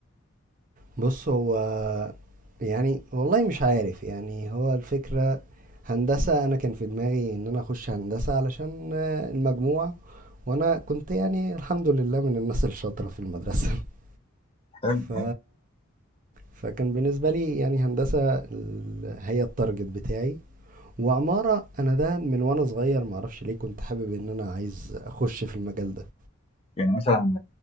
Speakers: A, on the right (about 40°); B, on the left (about 25°).
A: بص هو يعني والله مش عارف يعني هو الفكرة هندسة أنا كان في دماغي إن أنا أخش هندسة علشان آه، المجموع وأنا كنت يعني الحمد لله من الناس الشاطرة في المدرسة <laughs>
B: حلو،
A: ف...
B: حلو.
A: فكان بالنسبة لي يعني هندسة ال- هي التارجت بتاعي وعمارة انا ده من وانا صغير معرفش ليه كنت حابب ان انا عايز اخش في المجال ده
B: يعني مثلًا